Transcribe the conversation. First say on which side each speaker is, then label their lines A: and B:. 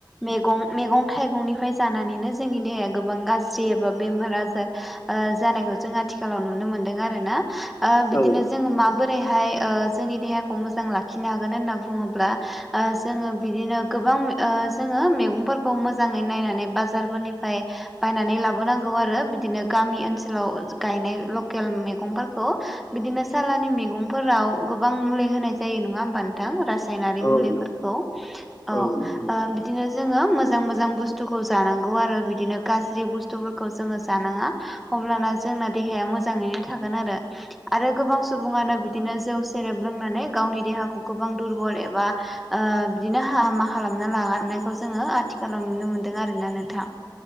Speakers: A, in the centre; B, on the left (about 30°).
A: मेगं मेगं थाइगंनिफ्राय जानानैनो जोंनि देहाया गोबां गाज्रि एबा बेमार आजार ओ जानाय जों आथिखालाव नुनो मोनदों आरोना ओ बिदिनो
B: औ
A: जोङो माबोरैहाय ओ जोंनि देहाखौ मोज मोजां लाखिनो हागोन होनना बुङोब्ला ओ जोङो बिदिनो गोबां ओ जोङो मेगंफोरखौ मोजाङै नायनानै बाजारफोरनिफाय बायनानै लाबोनांगौ आरो बिदिनो गामि ओनसोलाव गायनाय लकेल मेगंफोरखौ बिदिनो सालानि मेगंफोराव गोबां मुलि होनाय जायो नङा होमबा नोंथां रासायनारि
B: औ
A: मुलिफोरखौ अ
B: औ नंगौ
A: ओ बिदिनो जोङो मोजां मोजां बुथ्सुखौ जानांगौ आरो बिदिनो गाज्रि बुस्थुफोरखौ जोङो जानाङा अ अब्लाना जोंना देहाया मोजाङैनो थागोन आरो आरो गोबां सुबुङानो बिदिनो जौ सेरेब लोंनानै गावनि देहाखौ गोबां दुरबल एबा ओ बिदिनो हामा खालामना लागारनायखौ जोङो आथिखालाव नुनो मोनदों आरो ना नोंथां